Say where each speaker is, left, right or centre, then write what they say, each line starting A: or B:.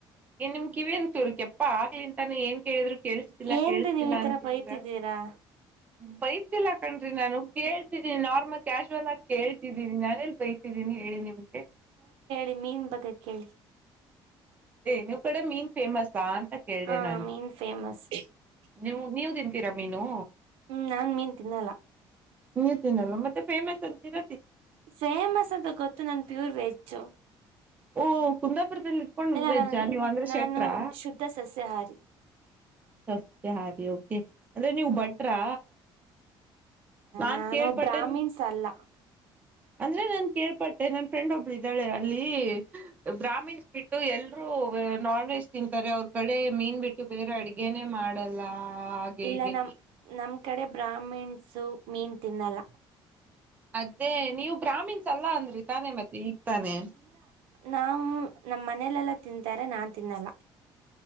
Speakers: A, on the right; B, on the right.
A: ನಿಮ್ಮ ಕಿವಿ ಏನ್ ಚೂರು ಕೆಪ್ಪ ಆವಾಗಳಿಂದ ತಾನ ಏನ್ ಕೇಳಿದ್ರು ಕೇಳಿಸ್ತಿಲ್ಲ
B: ಏನ್ರೀ
A: ಕೇಳ್ತಿಲ್ಲ
B: ನೀವ್ ಈ
A: ಅಂತಿದ್ದೀರ
B: ತರ ಬೈತಿದ್ದೀರಾ
A: ಬೈತಿಲ್ಲ ಕಣ್ರಿ ನಾನು ಕೇಳ್ತೀಿ ನಾರ್ಮಲ್ ಕ್ಯಾಶುವಲ್ ಆಗಿ ಕೇಳ್ತ ನಾನೇಲ್ ಬೈತಿದ್ದೀನಿ ಹೇಳಿ ನಿಮಗೆ
B: ಿ ಮೀನ್ ಬಗ್ ಕೇಳಿ
A: ಏ ನೀವು್ ಕಡೆ ಮೀನ್ ಫೇಮಸ್ ಸಾ ಅಂತ ಕೇಳ್ದ
B: ಹ
A: ನಾನು
B: ಮೀನ್ <inaudible>
A: ನೀವು ನೀವ್ ತಿಂತೀರಾ ಮೀನು
B: ಹ್ಮ್ ನಾನ್ ಮೀನ್ ತಿನ್ನಲ್ಲ
A: ನೀವು ತಿನಲ್ಲ ಮತ್ತೆ ಫೇಮಸ್ ಅಂತೀರ
B: ಫೇಮಸ್ ಅಂತ ಗೊತ್ತು ನನ್ ಪ್ಯೂರ್ ವೆಜ್ಜು
A: ಓ ಕುಂದಾಪುರದಲ್ಲಿ ಇಟ್ಕೊಂಡ್
B: ಇಲ್ಲ
A: ವೆಜ್ಜ
B: ನನ್
A: ನೀವ ಅಂದ್ರೆ
B: ನಾನು
A: ಶಟ್ರಾ
B: ಶುದ್ಧ ಸಸ್ಯಾಹಾರಿ
A: ಸಸ್ಯ ಹಾರಿ ಹೋಗೆ ಅಂದ್ರೆ ನೀವು
B: ಹ್ಮ್
A: ಬಟ್ರಾ ನಾನ್
B: ನಾನು
A: ಕೇಳ್ಪಟ್ಟೇ
B: ಬ್ರಾಹ್ಮಿಣ್ಸ್ ಅಲ್ಲ
A: ಅಂದ್ರೆ ನನ್ ಕೇಳ್ಪಟ್ಟೆ ನನ್ ಫ್ರೆಂಡ್ ಒಬ್ಳು ಇದ್ದಾಳೆ ಅಲ್ಲಿ ಬ್ರಹಾಮಿನ್ಸ್ ಬಿಟ್ಟು ಎಲ್ರೂ ನಾನ್ ವೆಜ್ ತಿಂತಾರೆ ಅವ್ರ ಕಡೆ ಮೀನ್ ಬಿಟ್ಟು ಬೇರೆ ಅಡ್ಗೆನೆೇ ಮಾಡಲ್ಲ ಹಾಗೆ
B: ಇಲ್ಲ
A: ಹೀಗೆ
B: ನಮ ನಮ ಈ ಕಡೆ ಬ್ರಾಹ್ಮಿಣ್ಸು ಮೀನ್ ತಿನ್ನಲ್ಲ
A: ಅದೇ ನೀವು ಗ್ರಾಮೀಣಸ್ ಅಲ್ಲ ಅನ್ರಿ ತಾನೆ ಮತ್ತೆ ಈಗ್ ತಾನೆ
B: ನಾ್ ನಮ ಮನೇಲೆೆಲ್ಲಾ ತಿಂತಾರೆ ನಾನ್ ತಿನ್ನಲ್ಲ